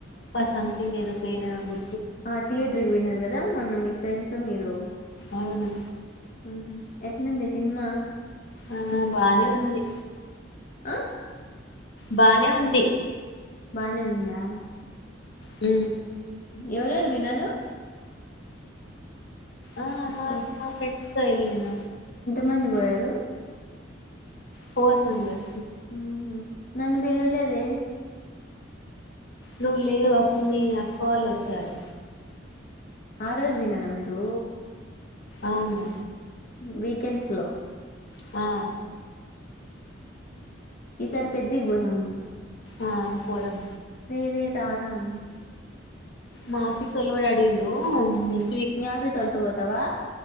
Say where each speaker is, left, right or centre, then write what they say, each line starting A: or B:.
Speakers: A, on the left; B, on the left.
A: సంతింగ్ ఏదో పేరణ గు
B: ఆ టి ట్రియే విన్నర్ కదా మొన్న మీ ఫ్రెండ్స్ మీరు
A: అవును
B: ఉహు ఎట్లుంది సినిమా
A: ఆ బానే ఉంది
B: ఆ
A: బానే ఉంది
B: బానే ఉందా
A: హ
B: ఎవరు ఎవరు విన్నారు
A: ఆ మర్క్
B: తో
A: మా ఫ్రెండ్స్ తో ఎళ్ళిన
B: మండిబోయారు
A: ఫోర్ మెంబర్
B: హు నన్ను పిల్వలే లేదే
A: నువ్వు లేవు అప్పుడు మీ అక్క వాళ్ళు వచ్చారు
B: ఆ రోజ వినాార మీరు
A: అవును
B: వీకెండ్స్ లో
A: ఆ
B: ఈ సార్ పెద్దకి పోోధామ్ లే
A: ఆ పోదం
B: ఎరే సాథాన్ని
A: మాఫీ సలవాడి అడిగిందో నేస్ట్
B: మీ ఆఫీస్ వోతో పోతావా